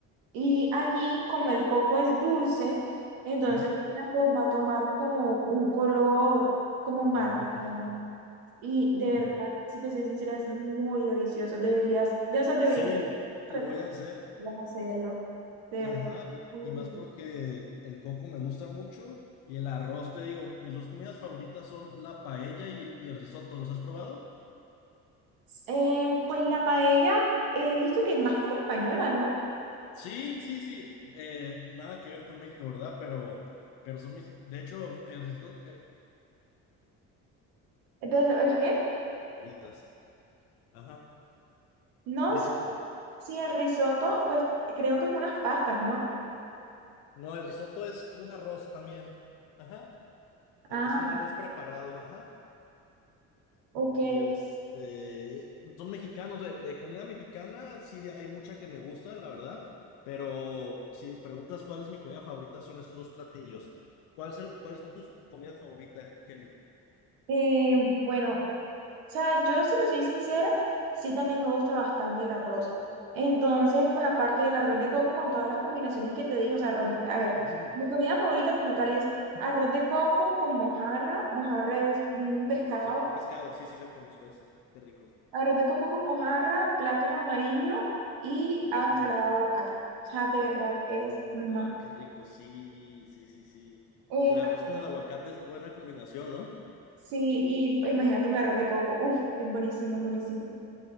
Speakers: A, on the right (about 85°); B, on the left (about 85°).
A: Y allí como el coco es dulce, entonces
B: Ajá.
A: el arroz va a tomar como un color como marrón
B: Uy, qué rico.
A: y de verdad,
B: Qué rico.
A: si te soy sincera, es muy delicioso. Deberías, de esas deberías
B: Sí,
A: pues,
B: lo voy a hacer.
A: hacerlo. De
B: Ajá,
A: verdad,
B: y,
A: muy
B: y
A: rico.
B: más porque el coco me gusta mucho y el arroz, te digo, mis dos comidas favoritas son la paella y, y el risotto. ¿Los has probado?
A: Eh, pues la paella he visto que es más como española, ¿no?
B: Sí, sí, sí. eh, nada que ver con México, ¿verdad? Pero, pero son mis, de hecho, el risotto. eh,
A: Entonces, ¿el qué?
B: Favoritas. Ajá,
A: No
B: risotto.
A: sé si el risotto, pues creo que es unas pastas, ¿no?
B: No, el risotto es un arroz también. Ajá,
A: Ah,
B: es un arroz preparado, ajá.
A: ok.
B: Y este, son mexicanos, de, de comida mexicana, sí, de- hay mucha que me gusta, la verdad, pero si preguntas cuál es mi comida favorita, son estos dos platillos. ¿Cuál se- cuáles son tus comidas favoritas, Kelly?
A: Eh, bueno, o sea, yo si te soy sincera, sí también me gusta bastante el arroz. Entonces, pues aparte del arroz de coco con todas las combinaciones que te dije, o sea, arroz, a ver,
B: <laughs>
A: mi comida favorita como tal es arroz de coco con mojarra. Mojarra es un pescado.
B: Uf, sí, un pescado, sí, sí, lo conozco, ese, sí, qué rico.
A: Arroz de coco con mojarra, plátano amarillo y
B: Mm,
A: ah, ensalada de aguacate. O sea, de verdad es más.
B: Ah, qué rico, sí, sí, sí, sí.
A: Eh,
B: El arroz con el aguacate es buena combinación, ¿no?
A: sí, y imagínate un arroz de coco. Uf, es buenísimo, es buenísimo.